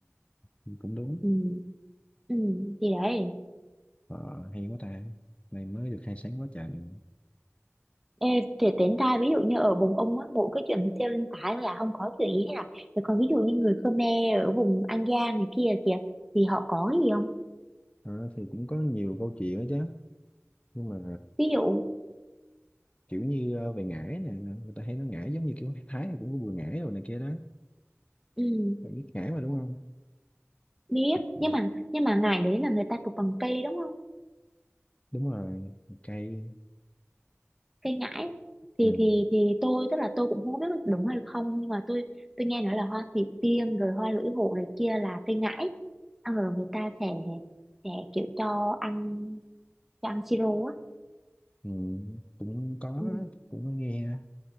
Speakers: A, on the left; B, in the centre.
A: Ừ. Cũng đúng.
B: ừ. Ừ. thì đấy
A: Ờ, hay quá ta. Này mới được khai sáng quá trời. liền.
B: Ê, thì tính ra ví dụ như ở vùng ông á mỗi cái chuyện treo lên tải là không có chuyện gì hết à thì còn ví dụ như người Khmer ở vùng An Giang này kia kìa thì họ có cái gì không
A: Ờ, thì cũng có nhiều câu chuyện đó chứ. Nhưng mà
B: ví dụ
A: kiểu như ờ, về ngải nè. Người ta hay nói ngải giống như kiểu Thái thì cũng có bùi ngải rồi này kia đó.
B: ừ,
A: Bạn biết ngải mà đúng không?
B: biết
A: Ờ,
B: nhưng mà nhưng mà ngải đấy là người ta chụp bằng cây đúng không
A: Đúng rồi. Cây.
B: cây ngải thì
A: Ừ.
B: thì thì tôi tức là tôi cũng không biết có đúng hay không nhưng mà tôi tôi nghe nói là hoa thủy tiên rồi hoa lưỡi hổ này kia là cây ngải ăn rồi người ta sẽ sẽ kiểu cho ăn cho ăn siro á
A: Ừ. Cũng có,
B: ừ,
A: cũng có nghe